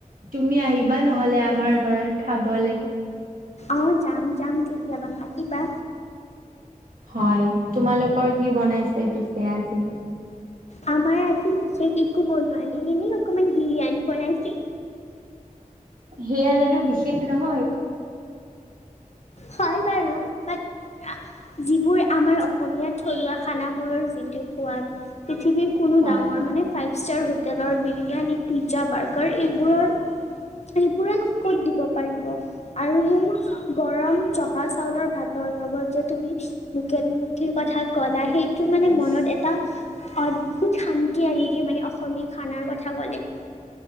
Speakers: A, on the right (about 80°); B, on the left (about 50°).
A: তুমি আহিবা নহ'লে আমাৰ ঘৰত খাবলে
B: অ' যাম যাম কেতিয়াবা মাতিবা।
A: হয় তোমালোকৰ কি বনাইছে পিছে আজি?
B: আমাৰ আজি বিশেষকে একো বনোৱা নাই এনেই অকমান বিৰিয়ানী বনাইছে।
A: সেয়া জানো বিশেষ নহয়?
B: হয় বাৰু বাত যিবোৰ আমাৰ অসমীয়া থলুৱা খানাবোৰৰ যিটো সোৱাদ পৃথিৱীৰ কোনো
A: হয়
B: ডাঙৰ মানে ফাইভ ষ্টাৰ হোটেলৰ বিৰিয়ানী পিজ্জা বাৰ্গাৰ এইবোৰৰ এইবোৰেনো ক'ত দিব পাৰিব আৰু সেই গৰম জহা চাউলৰ ভাতৰ লগত যে তুমি লোকেল মুৰ কি কথা ক'লা সেইটো মানে
A: উফ
B: মনত এত এটা অদ্ভুত শান্তি আনি দিয়ে মানে অসমীয়া খানাৰ কথা কলে।